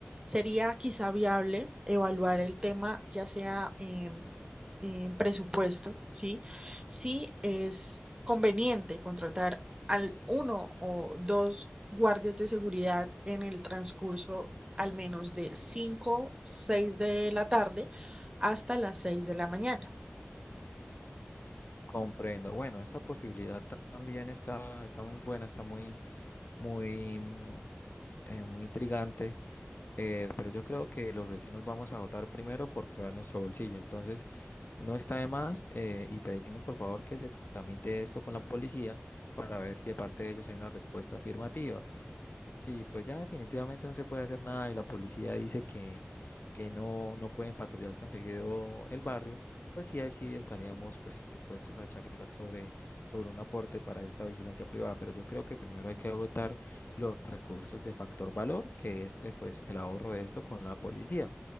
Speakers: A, on the right (about 20°); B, on the left (about 55°).
A: sería quizá viable evaluar el tema ya sea en, en presupuesto, ¿sí? Si es conveniente contratar al uno o dos guardias de seguridad en el transcurso al menos de 5, 6 de la tarde hasta las 6 de la mañana.
B: Comprendo. Bueno, esta posibilidad ta- también está, está muy buena, está muy, muy, mm, eh, muy intrigante. Eh, pero yo creo que los vecinos vamos a votar primero por cuidar nuestro bolsillo. Entonces, no está de más eh, y pedimos por favor que se tramite esto con la policía para ver si de parte de ellos hay una respuesta afirmativa. Sí, pues ya definitivamente no se puede hacer nada y la policía dice que, que no, no pueden patrullar tan seguido el barrio, pues sí, ahí sí estaríamos pues dispuestos a charlar sobre, sobre un aporte para esta vigilancia privada, pero yo creo que primero hay que agotar los recursos de factor valor, que es eh, pues el ahorro de esto con la policía.